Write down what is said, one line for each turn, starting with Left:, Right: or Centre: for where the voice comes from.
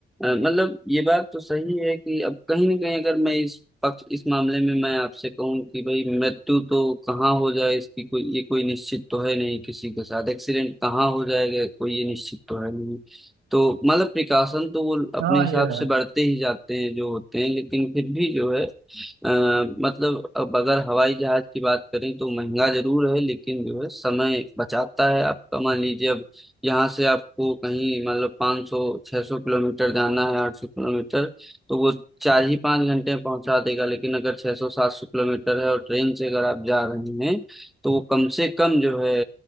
Centre: मतलब ये बात तो सही है कि अब कहीं ना कहीं अगर मैं इस पक्ष इस मामले में मैं आपसे कहूं कि भाई मृत्यु तो कहाँ हो जाए इसकी कोई ये कोई निश्चित तो है नहीं किसी के साथ एक्सीडेंट कहाँ हो जाएगा कोई ये निश्चित तो है नहीं तो मतलब प्रिकॉशन तो वो अपने
Right: हाँ
Centre: हिसाब
Right: ये है
Centre: से बढ़ते ही जाते हैं जो होते हैं लेकिन फिर भी जो है अ, मतलब अब अगर हवाई जहाज की बात करें तो महंगा जरूर है लेकिन जो है समय बचाता है आपका मान लीजिए अब यहाँ से आपको कहीं मतलब 500 600 किलोमीटर जाना है 800 किलोमीटर तो वो चार ही पाँच घंटे में पहुंचा देगा लेकिन अगर 600 700 किलोमीटर है और ट्रेन से अगर आप जा रहे हैं तो वो कम से कम जो है